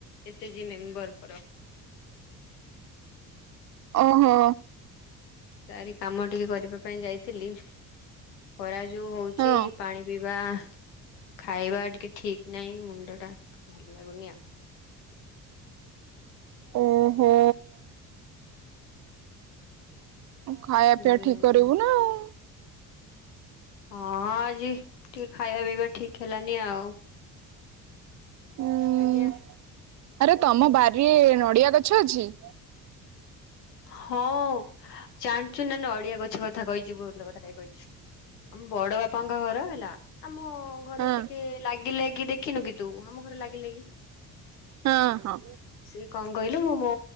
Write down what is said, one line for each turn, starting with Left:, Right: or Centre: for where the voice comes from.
Left: ଏସ୍ ଏଜି ମେମ୍ବରଙ୍କର।
Right: ଓହୋ।
Left: ତାରି କାମ ଟିକେ କରିବା ପାଇଁ ଯାଇଥିଲି। ଖରା ଯୋଉ ହଉଛି
Right: ହଁ।
Left: ପାଣି ପିଇବା ଖାଇବା ଟିକେ ଠିକ୍ ନାହିଁ, ମୁଣ୍ଡଟା ଭଲ ଲାଗୁନି ଆଉ।
Right: ଓହୋ। ଖାଇବା
Left: ହୁଁ।
Right: ପିଇବା ଠିକ କରିବୁ ନା। ଆଉ।
Left: ହଁ ଆଜି ଟିକେ ଖାଇବା ପିଇବା ଠିକ୍ ହେଲାନି ଆଉ।
Right: ଉଁ
Left: ଆଜ୍ଞା।
Right: ଆରେ ତମ ବାରିରେ ନଡିଆ ଗଛ ଅଛି?
Left: ହଁ ଜାଣିଛୁ ନା-ନା ଅଡିଆ ଗଛ କଥା କହିଚୁ ଭଲ କଥାଟାଏ କହିଚୁ। ଆମ ବଡ ବାପାଙ୍କ ଘର ହେଲା ଆମ ଘର
Right: ହଁ
Left: ଟିକେ ଲାଗି-ଲାଗି ଦେଖିନୁ କି ତୁ ଆମ ଘର ଲାଗି-ଲାଗି
Right: ହଁ ହଁ।
Left: ସିଏ କଣ କହିଲୁ ମୁଁ ମୋ